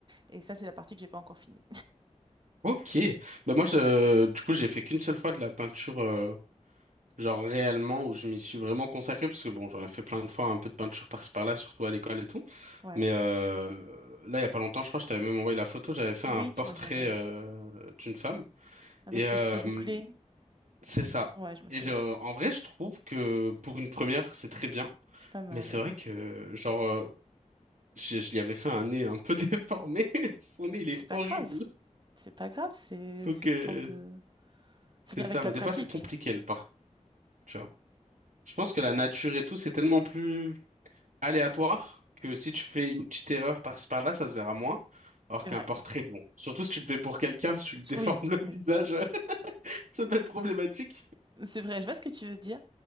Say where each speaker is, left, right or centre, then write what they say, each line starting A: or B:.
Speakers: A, on the right (about 35°); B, on the right (about 75°).
A: Et ça, c'est la partie que j'ai pas encore finie.
B: Ok. Bah moi, je, du coup, j'ai fait qu'une seule fois de la peinture, euh, genre réellement, où je m'y suis vraiment consacré, parce que bon, j'en ai fait plein de fois un peu de peinture par-ci par-là, surtout à l'école et tout.
A: Ouais.
B: Mais euh, là, il y a pas longtemps, je crois, je t'avais même envoyé la photo. J'avais fait
A: Oui,
B: un
A: tu
B: portrait
A: m'avais envoyé.
B: euh, d'une femme.
A: Avec
B: Et euh,
A: des cheveux bouclés.
B: c'est ça.
A: Ouais, je me
B: Et
A: souviens.
B: je- en vrai, je trouve que pour une première, c'est très bien.
A: C'est pas mal,
B: Mais c'est
A: ouais.
B: vrai que, genre, euh, je, je lui avais fait un nez un peu <laughs> déformé. Son nez, il
A: C'est
B: est
A: pas
B: horrible.
A: grave. C'est pas grave, c'est
B: Donc,
A: c'est
B: euh,
A: le temps de... Ça
B: c'est
A: vient
B: ça.
A: avec la
B: Mais
A: pratique.
B: des fois, c'est compliqué, le portrait, tu vois. Je pense que la nature et tout, c'est tellement plus aléatoire que si tu fais une petite erreur par-ci par-là, ça se verra moins. Alors
A: C'est
B: qu'un
A: vrai.
B: portrait, bon. Surtout si tu le fais pour quelqu'un, si tu lui déformes
A: Oui,
B: le <laughs> visage,
A: oui.
B: <laughs> ça peut être problématique.
A: C'est vrai, je vois ce que tu veux dire.